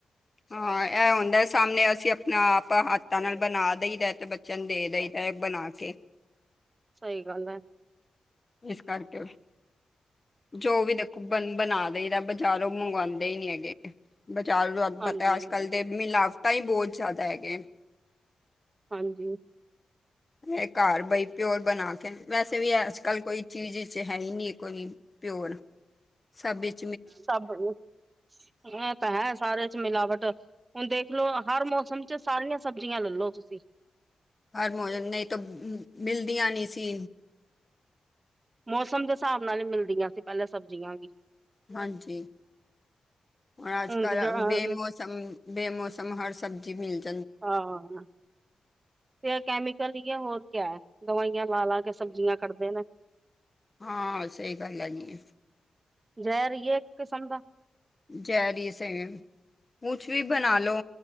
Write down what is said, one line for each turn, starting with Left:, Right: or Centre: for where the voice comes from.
Left: ਹਾਂ ਐ ਹੁੰਦਾ ਸਾਹਮਣੇ ਅਸੀਂ ਆਪਣਾ ਆਪ ਹੱਥਾਂ ਨਾਲ ਬਣਾ ਦੇਈਦਾ ਤੇ ਬ ਚਿਆਂ ਨੂੰ ਦੇ ਦ‌ਈ ਦਾ ਬਣਾ ਕੇ।
Right: ਸ‌ਈ ਗੱਲ ਐ।
Left: ਇਸ ਕਰਕੇ ਓ ਜੋ ਵੀ ਦੇਖੋ ਬਣ ਬਣਾ ਦੇਈ ਦਾ ਬਾਜ਼ਾਰੋਂ ਮੰਗਵਾਂਦੇ ਈ ਨੀ ਹੈਗੇ। ਬਾਜ਼ਾਰੋ ਤਾਨੂੰ
Right: ਹਾਂਜੀ
Left: ਪਤਾ ਅੱਜ
Right: ਹਾਂਜੀ
Left: ਕੱਲ ਦੇ ਮਿਲਾਵਟਾਂ ਈ ਬੋਤ ਜਾਦਾ ਹੈਗੇ।
Right: ਹਾਂਜੀ।
Left: ਏ ਘਰ ਬਈ ਪਿਓਰ ਬਣਾ ਕੇ ਵੈਸੇ ਵੀ ਅੱਜ-ਕੱਲ ਕੋਈ ਚੀਜ਼ ਇਚ ਹੈ ਈ ਨੀ ਕੋਈ। ਪਿਓਰ ਸਭ ਇਚ-
Right: ਸਭ ਨੂੰ, ਹਾਂ ਇਹਤਾਂ ਹੈ ਸਾਰੇ ਚ ਮਿਲਾਵਟ ਹੁਣ ਦੇਖਲੋ ਹਰ ਮੌਸਮ ਚ ਸਾਰੀਆਂ ਸਬਜ਼ੀਆਂ ਲੈਲੋ ਤੁਸੀਂ।
Left: ਹਰ ਮੋਜਮ ਨਈ ਤੋ ਮਿਲਦੀਆਂ ਨੀ ਸੀ।
Right: ਮੌਸਮ ਦੇ ਸਾਬ ਨਾਲ ਈ ਮਿਲਦੀਆਂ ਸੀ ਪੈਲਾਂ ਸਬਜ਼ੀਆਂ ਵੀ।
Left: ਹਾਂਜੀ ਹੁਣ ਅੱਜ-ਕੱਲ
Right: ਤੇ ਹਾਂ
Left: ਬੇ ਮੋਸ ਸਮ- ਬੇਮੌਸਮ ਹਰ ਸਬਜੀ ਮਿਲ ਜ
Right: ਹਾਂ, ਤੇ ਐ ਕੈਮੀਕਲ ਈ ਐ, ਹੋਰ ਕਿਆ ਦਵਾਈਆਂ ਲਾ- ਲਾ ਕੇ ਸਬਜ਼ੀਆਂ ਕੱਢਦੇ ਨੇ
Left: ਹਾਂ, ਸਹੀ ਗੱਲ ਹੈਗੀ ਐ।
Right: ਜੈਰ ਈ ਏ ਇਕ ਕਿਸਮ ਦਾ।
Left: ਜੈਰ ਈ ਏ ਸ‌ਈ, ਕੁਛ ਵੀ ਬਣਾ ਲੋ।